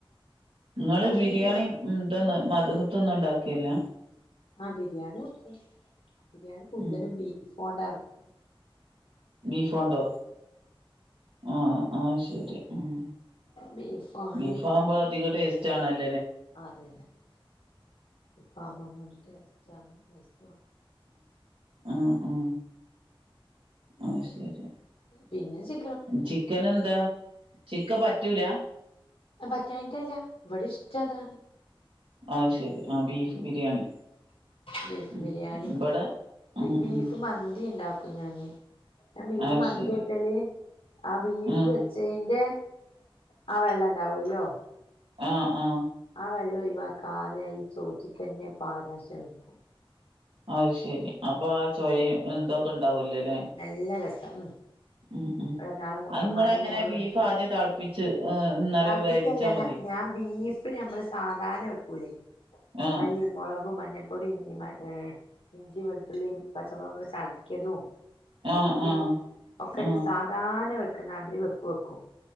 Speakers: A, on the right; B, on the left.
A: നിങ്ങള്
B: അന്ന്
A: ബിരിയാണി
B: എനിക്ക് തോ
A: ഇതൊന്നും അല്ല മധുഹത്തൊന്നും ഉണ്ടാക്കിയില്ല
B: ആഹ ബിരിയാണിക്ക ബിരിയാണി കൂടുതലും
A: ഉം
B: ബീഫോണ്ടാ കൊണ്ട
A: ബീഫോണ്ടോ ആഹ ആഹ ശരി ഉം
B: ബീഫാണ്
A: ബീഫ് ആവുമ്പോ അധിക ടേസ്റ്റ് ആണല്ലോ
B: അതന്നെ അതന്നെ ബീഫാ മ്പോ ഒന്നൂടി ടേസ്റ്റാണ് രസ
A: ആ ആ അത് ശരി
B: പിന്നെ ച്ചി
A: ചിക്കൻ എന്താ ചിക്ക പറ്റൂല
B: അഹ് പറ്റാഞ്ഞിട്ടല്ല ഇവിടെ ഇഷ്ടതാണ്
A: അഹ് ശെരി ആ ബീഫ് ബിരിയാണി
B: ബീഫ്
A: ഉം
B: ബിരിയാണി
A: ഇവിടെ
B: ബി
A: ഉം
B: ബീഫ്
A: ഉം
B: മന്തി ഇണ്ടാക്കും ഞാന് ഞാൻ ബീഫ്
A: അത്
B: മന്തിക്കല്
A: ശരി
B: ആ ബീഫ്
A: ആഹ്
B: വെച്ചേന്റെ ആ വെള്ളം ഇണ്ടാവോലോ
A: ആആ
B: ആ വെള്ളം ഒയ് വാക്കാതെ ഈ ചോറ്റ്ക്കന്നെ പാരാൻ ശ്രമിക്കും
A: അഹ് ശരി അപ്പാ ആ ചോയിം ന്തൊക്കെ ണ്ടാവല്ലോലെ
B: നല്ല രസം ഉം
A: ഉം ഉം
B: ഇവിടെന്നാള് മൂത്തമ്മാന്റെ
A: അഹ് ഇങ്ങളെ എങ്ങനെ
B: മോള്
A: ബീഫ്
B: വന്നിട്ട്
A: ആദ്യം തൾപ്പിച്ച് നല്ലോം
B: തളപ്പിക്കല്ല
A: വേവിച്ചാ മതി
B: ഞാൻ ബീഫ് ഞമ്മളെ സാധാരണ വെക്കൂല്ലേ
A: ആഹ്
B: മല്ലി മൊളകും മഞ്ഞ പ്പൊടി ഏ ഇഞ്ചി വെളുത്തുള്ളി പച്ചമുളകക്കൊക്കെ ചതക്കിയതും
A: ആഹ്
B: ഉലുവിം
A: ആഹ്
B: ഒക്കെട്ട്
A: ആഹ്
B: സാധാരണ വെക്കുന്നതിരി വെപ്പ് വെക്കും